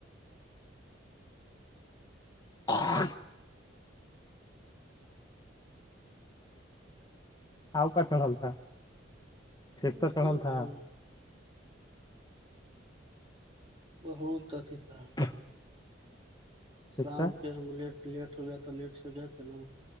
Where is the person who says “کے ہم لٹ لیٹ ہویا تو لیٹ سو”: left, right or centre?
Right